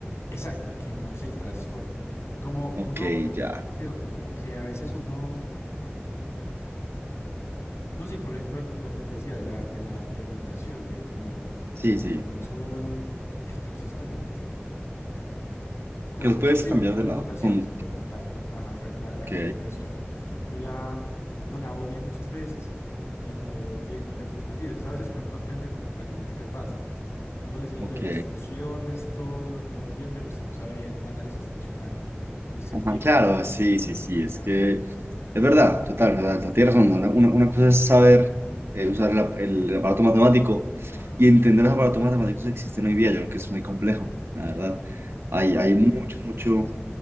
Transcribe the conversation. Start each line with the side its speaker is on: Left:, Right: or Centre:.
Left: Exacto, que no es el trasfondo. Como
Right: Ok,
Left: uno,
Right: ya.
Left: cierto, como que a veces uno... No, sí, por ejemplo, lo que te decía de la, de la permutación, de que no, no,
Right: Sí, sí.
Left: no son, <laughs> eh, pero sí es permutación. no, colmutación,
Right: Que lo puedes cambiar
Left: colmutación,
Right: de lado. Como,
Left: sí, colmutar. Ajá, exacto. La,
Right: ok,
Left: la colmutación no la, uno la obvia muchas veces y no tiene en cuenta ciertos matices. A veces cuando uno aprende matemáticas básicas, a uno le enseñan
Right: ok.
Left: lo de las funciones, todo, todo muy bien, pero usted no sabe bien análisis funcional. Pero usted
Right: Ajá,
Left: aplica.
Right: claro, sí, sí, sí, es
Left: Ajá,
Right: que es verdad, total, total, total, tienes razón. Una, una- una cosa es saber eh, usar el, ap- el aparato matemático
Left: ajá,
Right: y entender los aparatos matemáticos que existen hoy día. Yo creo que es muy complejo, la verdad.
Left: ajá,
Right: Hay, hay mucho, mucho